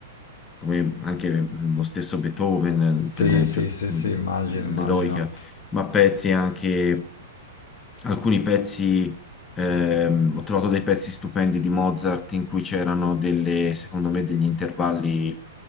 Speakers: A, on the left (about 20°); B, on the left (about 70°).
A: come anche mm, lo stesso Beethoven,
B: Sì,
A: per esempio,
B: sì, sì, sì, immagino, immagino.
A: l'Eroica, ma pezzi anche alcuni pezzi, ehm, ho trovato dei pezzi stupendi di Mozart in cui c'erano delle, secondo me, degli intervalli